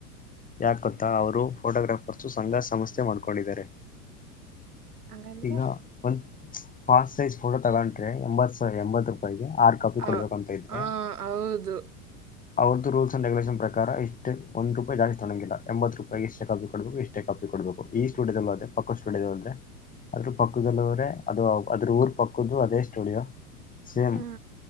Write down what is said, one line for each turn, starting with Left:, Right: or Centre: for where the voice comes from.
Left: ಯಾಕೊತ್ತಾ ಅವರು ಫೋಟೋಗ್ರಾಫರ್ಸು ಸಂಘ ಸಂಸ್ಥೆ ಮಾಡ್ಕೊಂಡಿದ್ದಾರೆ.
Right: ಹಂಗಂದ್ರೆ
Left: ಈಗ ಒಂದ ಫಾಸ್ಟ್ ಸೈಜ್ ಫೋಟೋ ತಗೊಂಡ್ರೆ ಎಂಬತ್ ಎಂಬತ್ ರೂಪಾಯಿಗೆ ಆರು ಕಾಪಿ
Right: ಹಾ
Left: ಕೊಡ್ಬೇಕು ಅಂತ ಇದ್ರೆ
Right: ಹೌದು
Left: ಅವ್ರ್ದ ರೂಲ್ಸ್ ಅಂಡ್ ರೆಗುಯುಲೇಷನ್ ಪ್ರಕಾರಷ್ಟ ಒಂದು ರೂಪಾಯ ಜಾಸ್ತೊಂಗಿಲ್ಲ ಎಂಬತ್ತು ರೂಪಾಯಿ ಎಷ್ಟೇ ಕಫಿ ಕಡಬೇಕು ಎಷ್ಟೇ ಕ <unintelligible> ಕೊಡ್ಬೇಕು ಈ ಸ್ಟುಡಿಯೋ <unintelligible> ಪಕ್ಕದ ಸ್ಟುಡಿಯೋ <unintelligible> ಅದ್ರ ಪಕ್ಕದಲ್ಲ್ರೆ ಅದು ಅದ್ರ ಊರ್ ಪಕ್ಕದದು ಅದೇ ಸ್ಟುಡಿಯೋ ಸೇಮ್
Right: ಹ್ಮ್